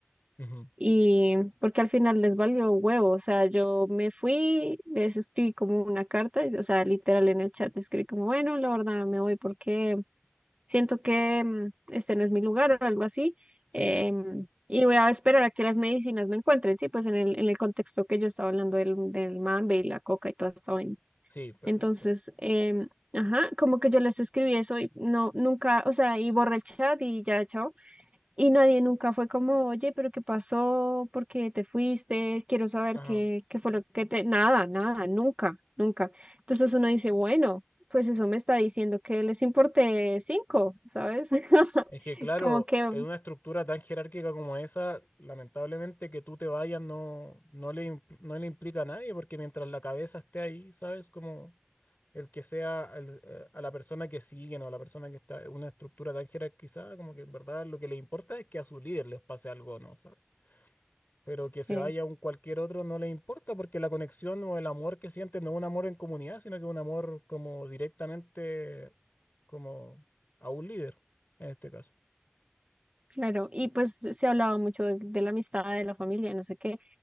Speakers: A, on the left (about 50°); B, on the right (about 30°).
A: Ujú.
B: Y porque al final les valió huevo, o sea, yo me fui, les escribí como una carta, y- o sea, literal en el chat les escribí como, bueno, la verdad me voy porque siento que mm, este no es mi lugar o algo así,
A: Sí,
B: em, y voy a esperar a que las medicinas me encuentren, sí, pues en el, en el contexto que yo estaba hablando del, del mambe y la coca y toda esta vaina.
A: sí, perfecto.
B: Entonces, em, ajá, como que yo les escribí eso y no, nunca, o sea, y borré el chat y ya, chao. Y nadie nunca fue como, oye, pero ¿qué pasó? ¿Por qué te fuiste? Quiero saber
A: Ajá.
B: qué, qué fue lo que te... Nada, nada, nunca, nunca. Entonces uno dice, bueno, pues eso me está diciendo que les importé cinco, ¿sabes? <laughs>
A: Es que, claro,
B: Como que,
A: en una estructura tan jerárquica como esa, lamentablemente que tú te vayas no, no le, imp- no le implica a nadie, porque mientras la cabeza esté ahí, ¿sabes? Como el que sea el, eh, a la persona que siguen o a la persona que está en una estructura tan jerarquizada, como que en verdad lo que le importa es que a su líder les pase algo, o ¿no? ¿Sabes? Pero que
B: sí,
A: se vaya un cualquier otro no le importa, porque la conexión o el amor que siente no es un amor en comunidad, sino que es un amor como directamente como a un líder, en este caso.
B: claro. Y pues se hablaba mucho de, de la amistad, de la familia, no sé qué.